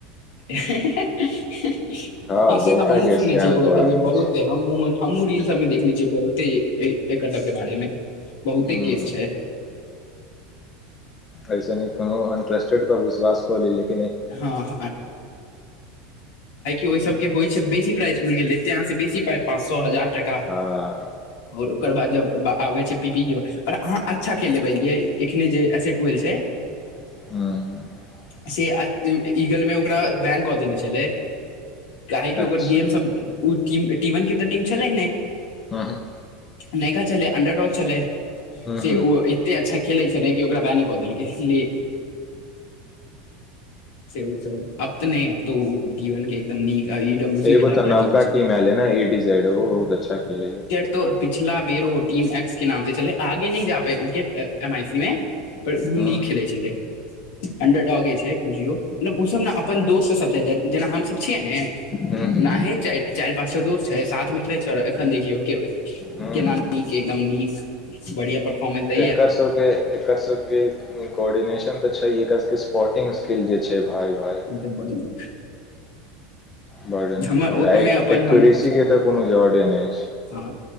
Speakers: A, on the left (about 70°); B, on the left (about 30°).
A: हँ
B: हँ
A: से
B: बहुता
A: तऽ हमू
B: के
A: सुने
B: स्कैम
A: छी ओ क
B: कऽ लेने
A: बहुत
B: छै
A: हमहुँ रील सब में देखने छियै बहुते एकर सब के बारे मे बहुते
B: ह
A: केस छै
B: ऐस नीक कोन अन्ट्रस्टेड प विश्वास कोलक
A: हँ <unintelligible> ओहि सब होइ छै बेसी प्राइसुल गेलते अहाँ से बेसी पाय पाँच सए हजार टका
B: हँ
A: और ओकर बाद जब आबे छै पी पी के ओर अहाँ अच्छा खेल लेबै य एखने जे ऐसेटुेल छै
B: हँ
A: से ईगल मे ओकरा बैन कऽ देनेे छलै काहेकि ओकर
B: अच्छा
A: गेम सब ओ टी वन के तऽ टीम छलै ने
B: हँ हँ
A: नयका चलै अंडर डाग छललै
B: ह
A: से
B: ह
A: ओ एते अच्छा खेले छलै क कि ओकरा बै न कऽ देलकै ले से अब तऽ नहि अब तो ओ पीवन के एकदम नीक आ ई डब्ल्यू सी
B: एगो
A: खेले
B: तऽ
A: वाला
B: नवका
A: छै
B: टीम एल ह न एडीड बहुत अच्छा खेले ह
A: त पिछला बेरो म एक्स के नाम से चले आगे नहि जा प एम आई सी मे पर ओहो नीक
B: ह
A: खेले छलै अंडर डॉगे जे छै बुझियौ मतलब ओसभ ने अपन दोस्तसभ छै जेना हमसभ छियै ने
B: ह
A: ओनाह चार चारि पाँच स दोस्त छै साथमे खेलैत छै एखन देखियौ
B: ह
A: के न
B: ह
A: न एकदम नीक बढ़िया परफोर्मेंस दैया
B: एकरसो के एकरस कोर्डिनेशन तऽ छै स्पोर्टिंग स्किल जे छै भाय भाय
A: बड़ नीक
B: बर्डेसी
A: हमर ओहिमे अपन हम
B: के तऽ कोनो जर्डे नहि
A: हँ